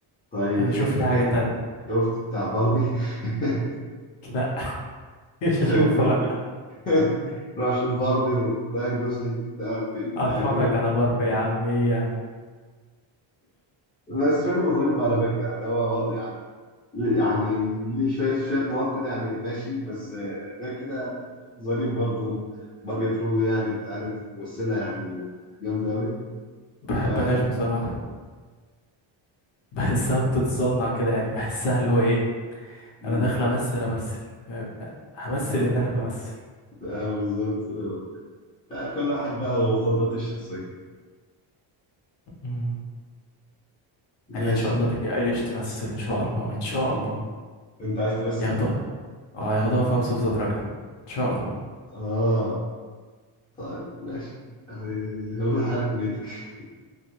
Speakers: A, on the left; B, on the left.
A: طيب
B: آه،
A: في
B: شوف
A: فيلم
B: لي حاجة تانية
A: شفت بتاع باربي <laughs>
B: لا <laughs> مش
A: طيب
B: هشوفه
A: روح
B: لا
A: <laughs> راح اشوف باربي وراين جوزلينج وبتاع
B: اتفرج
A: هجيب لك
B: على باربي يا عم ايه يعني
A: بس فيلم ظريف على فكره يعني هو وضع يعني يعني ليه شويه شويه نقط كده يعني ماشي بس آه، غير كده يعني ظريف برضه مارجت روبي يعني انت عارف ممثله يعني جامده قوي
B: بحبهاش
A: ف <laughs>
B: بصراحة بحسها بتتصنع كده يعني بحسها اللي هو ايه
A: مم.
B: انا داخل امثل امثل فاهم؟ همثل
A: اه
B: ان انا بمثل
A: آه، بالظبط آه. آه، كل واحد بقى وتفضيلاته الشخصيه
B: مم. يعني
A: ماشي
B: ان شاء الله بيلي ايليش تمثل ان شاء الله ان شاء الله
A: انت عايز تمثل؟
B: ياخدوها اه ياخدوها في هاوس اوف ذا دراجون ان شاء الله
A: اه طيب ماشي يعني هو حالك ونيتك